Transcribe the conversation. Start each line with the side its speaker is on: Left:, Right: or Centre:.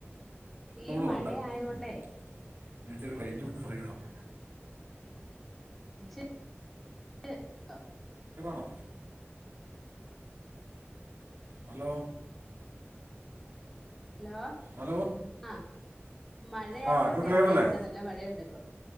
Centre: ഈ
Right: കോളുണ്ട്
Centre: മഴയായോണ്ടേ
Right: ഞാൻ ഇച്ചിരി റേഞ്ച് <inaudible>
Centre: <inaudible>
Right: ക്ലിയറാണോ ഹലോ
Centre: ഹലോ
Right: ഹലോ
Centre: ആഹ് മഴയായോണ്ടേ
Right: ആ ഇപ്പോൾ ക്ലിയർ
Centre: മഴയ്ണ്ട്
Right: അല്ലേ
Centre: നല്ല മഴയ്ണ്ട് ഇപ്പൊ